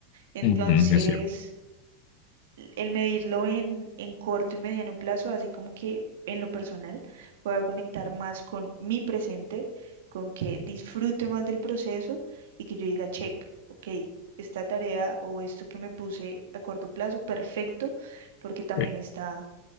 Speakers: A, on the right; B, on the left.
A: Entonces,
B: Ujú, es cierto.
A: el medirlo en, en corto y mediano plazo, así como que en lo personal pueda conectar más con mi presente, con que disfrute más del proceso y que yo diga, check, ok, esta tarea o esto que me puse a corto plazo, perfecto, porque también
B: Ok,
A: está